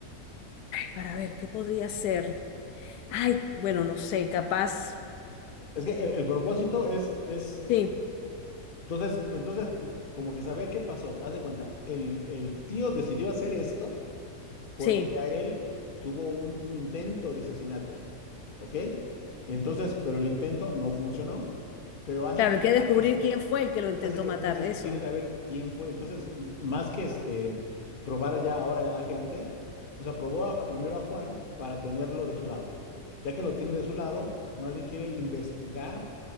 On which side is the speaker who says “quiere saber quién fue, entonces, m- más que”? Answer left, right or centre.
Left